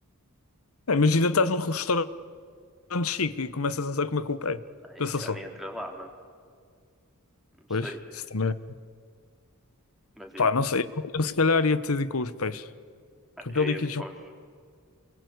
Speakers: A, on the left; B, in the centre.
A: É, imagina estás num restaurante chique e começas a comer com o pé.
B: Aí
A: Pensa
B: tu
A: só.
B: já nem entras lá, mano. Não sei.
A: Pois, isso também.
B: Mas diz
A: Pá,
B: mais.
A: não sei. Eu, eu se calhar ia ter de ir com os pés.
B: Mano,
A: Porque
B: eu
A: ver
B: ia
A: líquidos,
B: com os...